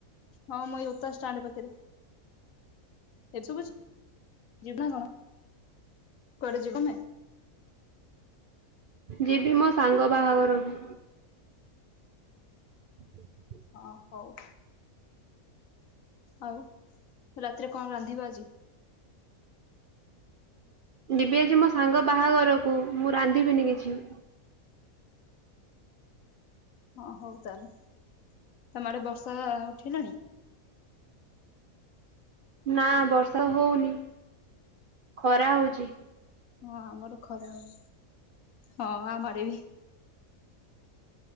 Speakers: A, on the left; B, on the right.
A: ହଁ ମୁଁ ଏଇ ଯୋତା ଷ୍ଟାଣ୍ଡ ପାଖରେ। ଏଠି ସବୁଚି ଯିବି ନା କଣ। କୁଆଡେ ଯିବ ତମେ
B: ଯିବି ମୋ ସାଙ୍ଗ ବାହାଘରକୁ। ହ
A: ଆ ହଉ। ଆଉ ରାତିରେ କଣ ରାନ୍ଧିବ ଆଜି।
B: ଜିବି ଆଜି ମୋ ସାଙ୍ଗ ବାହାଘରକୁ ମୁଁ ରାନ୍ଧିବିନି କିଛି।
A: ହଁ ହଉ ତାହେଲେ ତମ ଆଡେ ବର୍ଷା ଉଠେଇଲାଣି।
B: ନା ବର୍ଷା ହଉନି ଖରା ହଉଛି।
A: ହଁ ଆମର ଖରା ହଉଛି ହଁ ଆମ ଆଡେ ବି।